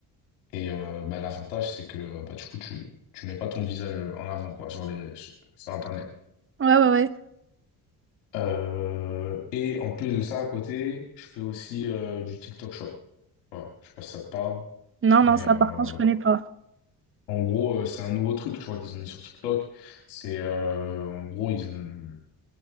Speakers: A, on the left; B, on the right.
A: et euh, bah, l'avantage c'est que euh, bah, du coup tu tu mets pas ton visage en avant quoi sur les sur sur Internet.
B: ouais, ouais.
A: Euh, et en plus de ça à côté je fais aussi euh, du TikTok Shop. Voilà, je sais pas si ça te parle
B: Non,
A: mais
B: non, ça
A: euh,
B: par contre, je connais pas.
A: en gros euh, c'est un nouveau truc tu vois qu'ils ont mis sur TikTok. C'est euh, en gros ils ont